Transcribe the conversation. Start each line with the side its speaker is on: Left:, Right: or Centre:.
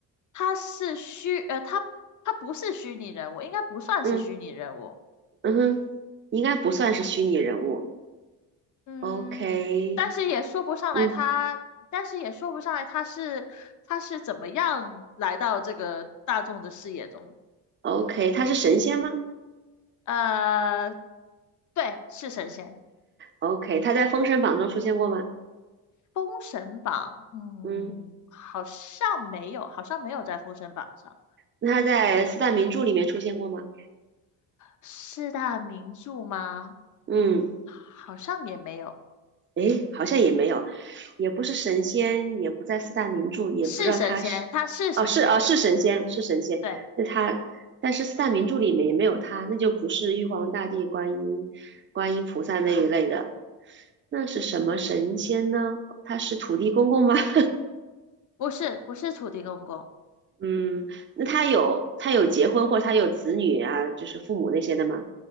Left: 他是虚，呃，他他不是虚拟人物，应该不算是虚拟人物。
Right: 嗯嗯哼，应该不算是虚拟人物。
Left: 嗯，
Right: OK，
Left: 但是也说不上来他，
Right: 嗯
Left: 但是也说不上来他是他是怎么样来到这个大众的视野中。
Right: ，OK，他是神仙吗
Left: 呃，对，是神仙。
Right: ？OK，他在《封神榜》中出现过吗？
Left: 封神榜，嗯，
Right: 嗯，
Left: 好像没有，好像没有在封神榜上。
Right: 那他在四大名著里面出现过吗？
Left: 四大名著吗？
Right: 嗯
Left: 嗯，好像也没有。
Right: 诶，好像也没有，也不是神仙，也不在四大名著，也不知道他是，
Left: 是神仙，他是神仙，
Right: 哦，是哦，是神仙，是神仙，
Left: 对，
Right: 那他，但是四大名著里面也没有他，那就不是玉皇大帝、观音、观音菩萨那一类的，那是什么神仙呢？他是土地公公吗？<laughs>
Left: 不是不是土地公公，
Right: 嗯，那他有他有结婚或他有子女啊，就是父母那些的吗？